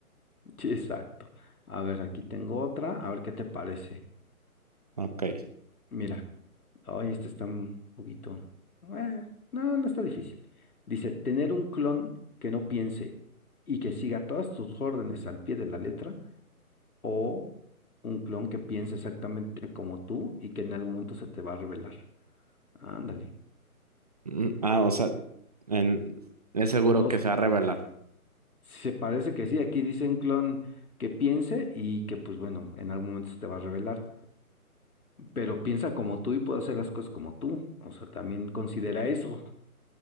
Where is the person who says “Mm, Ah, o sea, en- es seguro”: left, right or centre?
Right